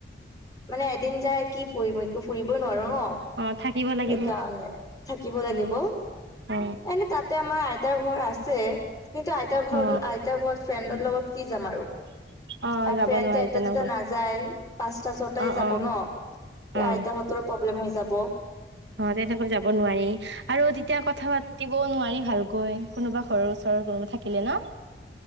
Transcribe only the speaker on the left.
মানে এদিন যায় কি ফুৰিম ফুৰিবই নোৱাৰো ন
সেইকাৰণে। শিকিব লাগিব।
এনে তাতে আমাৰ আইতাৰ ঘৰ আছে কিন্তু আইতাৰ ঘৰ
আইতাৰ ঘৰত ফ্ৰেণ্ডৰ লগত কি যাম আৰু
আৰু
ফ্ৰেণ্ড
এটা
দুটা না যায় পাঁচটা ছটাই
যাব
ন
আইতৰ প্ৰব্লেম হৈ যাব।